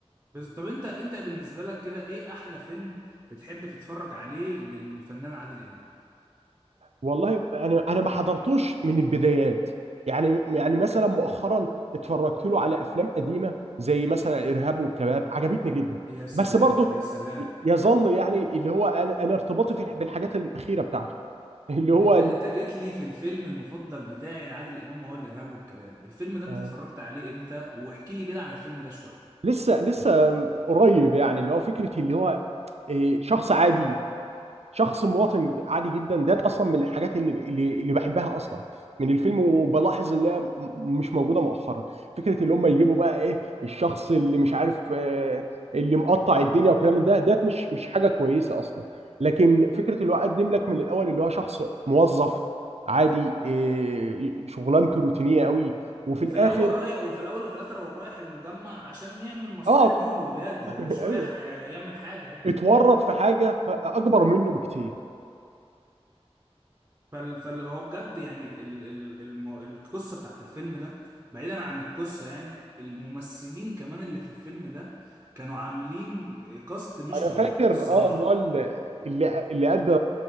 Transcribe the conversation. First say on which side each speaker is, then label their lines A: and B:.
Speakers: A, on the right; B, on the right.
A: بس طب انت انت بالنسبه لك كده ايه احلى فيلم بتحب تتفرج عليه للفنان عادل امام
B: والله انا انا ما حضرتوش من البدايات يعني يعني مثلا مؤخرا اتفرجت له على افلام قديمه زي مثلا الارهاب والكباب عجبتني جدا
A: يا سلام
B: بس برضو
A: يا سلام
B: يظل يعني اللي هو انا انا ارتباطي في- بالحاجات الاخيره بتاعته اللي هو
A: انت انت جيت لي في الفيلم المفضل بتاعي لعادل امام وهو الارهاب والكباب الفيلم ده انت
B: ال-
A: اتفرجت عليه امتى واحكي لي كده عن الفيلم ده شويه
B: لسه لسه قريب يعني اللي هو فكره اللي هو إيه، شخص عادي شخص مواطن عادي جدا ده اصلا من الحاجات اللي اللي اللي بحبها اصلا من الفيلم وبلاحظ اللي هي م- مش موجوده مؤخرا فكره اللي هم يجيبوا بقى ايه الشخص اللي مش عارف آه، اللي مقطع الدنيا والكلام من ده ده مش مش حاجه كويسه اصلا لكن فكره اللي هو قدم لك من الاول اللي هو شخص موظف عادي إيه، شغلانته روتينيه قوي وفي
A: وفي
B: الاخر
A: الاول رايح وفي الاول وفي الاخر هو رايح المجمع عشان يعمل مصلحه
B: اه
A: ليه ولاولاده هو
B: <laughs>
A: مش رايح
B: ايوه
A: آه، يعمل حاجه يعني
B: اتورط في حاجه اكبر منه بكتير
A: فال فال- هو بجد يعني ال ال الم- القصه بتاعت الفيلم ده بعيدا عن القصه يعني الممثلين كمان اللي في الفيلم ده كانوا عاملين كاست مش
B: انا
A: طبيعي
B: فاكر
A: الصراحه
B: اه اللي هو ال- اللي اللي ادى